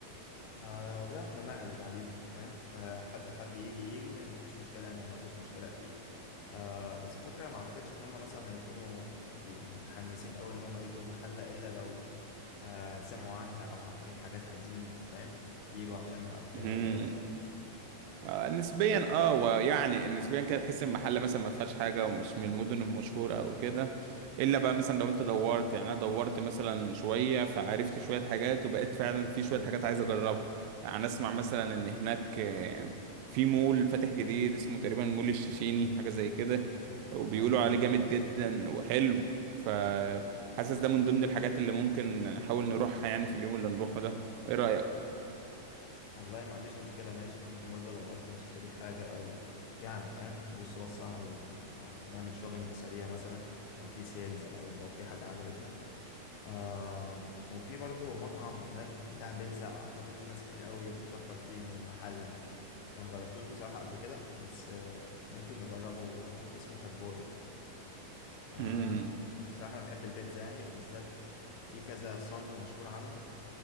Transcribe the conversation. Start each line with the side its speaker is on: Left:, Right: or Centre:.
Left: آه والله احنا نعرض عليهم فاهم آه حد حب يجي يجي يعني مفيش مشكلة انا ما عنديش مشكلة اكيد آه بس الفكرة ما اعتقدش ان هم مثلا هيكونوا متحمسين اوي ان هم يجوا المحلة الا لو آه سمعوا عنها او عارفين حاجات عايزين فاهم يجوا عشانها او كده
Right: مم.
Left: ولا ايه رأيك
Right: آه نسبيا اه ويعني نسبيا كده تحس ان المحل مثلا ما فيهاش حاجه ومش من المدن المشهوره او كده الا بقى مثلا لو انت دورت يعني انا دورت مثلا شويه فعرفت شويه حاجات وبقيت فعلا في شويه
Left: مم،
Right: حاجات عايز اجربها يعني اسمع مثلا ان هناك آه، في مول فاتح جديد اسمه تقريبا مول الشيشيني حاجه زي كده
Left: مم، مم.
Right: وبيقولوا
Left: ايوه
Right: عليه
Left: ايوه
Right: جامد جدا وحلو فحاسس ده من ضمن الحاجات اللي ممكن نحاول نروحها يعني في اليوم اللي نروحه ده ايه رايك
Left: والله ما عنديش مشكلة ماشي ممكن برضو لو عاوزنا نشتري حاجة او يعني فاهم نبص بص على ال- على- نعمل شوبينج سريع مثلا لو في سيلز او لو في حاجة عجبتنا آه وفي برضه مطعم هناك بتاع بيتزا اعتقد في ناس كتير قوي بتشكر فيه من المحل انا مجربتوش بصراحة قبل كده بس آه ممكن نجربه آه اسمه فات بوي آه
Right: مم.
Left: بصراحة انا بحب البيتزا يعني وبالذات في كذا صنف مشهور عنه